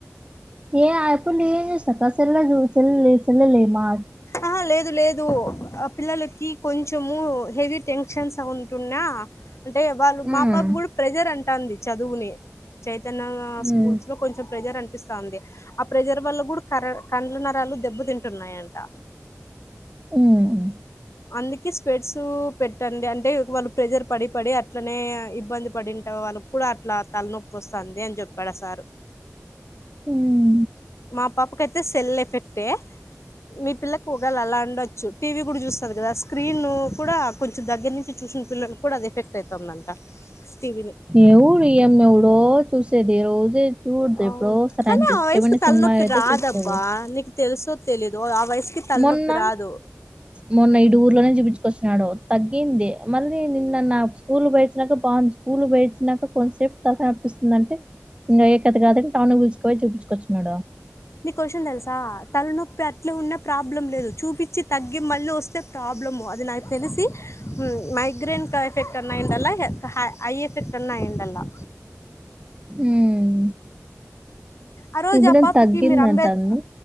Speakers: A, on the right; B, on the left.
A: ఏ అరుపులు నేనే చేశాను అక్క సరేలే సరేలే సరేలే మా
B: ఆ లేదు లేదు ఆ పిల్లల్కి కొంచము హెవీ టెన్షన్స్ అవి ఉంటున్నా అంటే వాళ్ళు మా
A: ఉమ్
B: పాప కూడా ప్రెజర్ అంటాంది చదువుని చైతన్య
A: ఉమ్
B: స్కూల్స్లో కొంచెం ప్రెజరనిపిస్తుంది ఆ ప్రెజర్ వల్ల కూడా కర కండ్ల నరాలు దెబ్బతింటున్నాయంట
A: ఆహ్
B: అందుకే స్పెట్సు పెట్టండి అంటే వాళ్ళు ప్రెజర్ పడి పడి అట్లనే ఇబ్బంది పడిన్ట వాళ్ళకి కూడా అట్లా తలనొప్పోస్తాంది అని చెప్పాడు సారూ
A: హు
B: మా పాపకైతే సెల్ ఎఫెక్టే మీ పిల్లకి ఉగాల అలా ఉండొచ్చు టీవీ కూడా చూస్తది కదా స్క్రీనూ కూడా కొంచెం దగ్గర నుంచి చూసిన పిల్లలకు కూడా అది ఎఫెక్టయుతుందంట టీవీని
A: ఏవుడియనెవుడో చూసేది రోజే చూడదు
B: అవ్ను
A: ఎప్పుడో ఒకసారి
B: కానీ
A: ఆమెకి
B: ఆ
A: ఇష్టమైన
B: వయ్సుకు తలనొప్పి
A: సినిమా అయితే
B: రాదబ్బా
A: చూస్తది
B: నీకు తెలుసో తెలీదో ఆ వయసుకి తలనొప్పి
A: మొన్న
B: రాదు
A: మొన్న ఇడు ఊర్లోనే చూపించుకొచ్చినడు తగ్గింది మళ్ళీ నిన్న నా స్కూల్ కు బోయచ్చినాంక బాగుంది స్కూల్ బోయచ్చినాక కొంతసేపు తలకాయ నొప్పాస్తుందంటే ఇంగ అయ్యేకథ గదని టౌను కూల్చికి పోయి చూపుకొచిన్నాడు
B: నీకో విషం తెలుసా తలనొప్పి అట్లా ఉన్న ప్రాబ్లం లేదు చూపిచ్చి తగ్గి మళ్ళీ వస్తే ప్రాబ్లము అది నాకు తెలిసి మైగ్రేన్ క ఎఫెక్ట్ అన్నా అయుండాలా లే హై ఐ ఎఫెక్ట్ అన్నా అయుండాలా
A: ఉమ్
B: ఆ రోజు
A: ఇప్పుడేం
B: ఆ పాపకి
A: తగ్గిందంటంది
B: మీరు అంబేద్